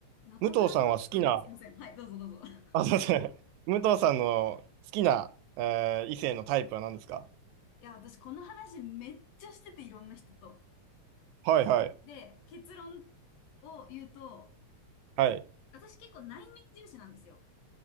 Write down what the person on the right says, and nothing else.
武藤さんは好きな、
あ、すいません。武藤さんの好きな、えー異性のタイプは何ですか
はいはい。
はい。